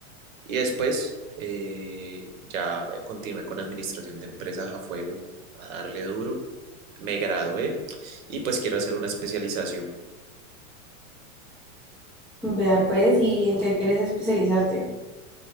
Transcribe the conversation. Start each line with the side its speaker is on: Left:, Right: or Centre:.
Right: y después eh, ya eh, continué con administración de empresas a fuego, a darle duro. Me gradué y pues quiero hacer una especialización.
Centre: Vea pues, ¿y en qué quieres especializarte?